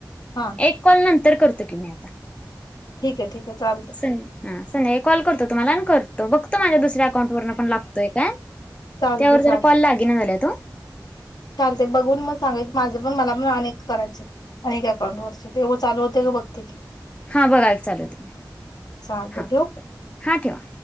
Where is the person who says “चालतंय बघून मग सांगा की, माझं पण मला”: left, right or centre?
Left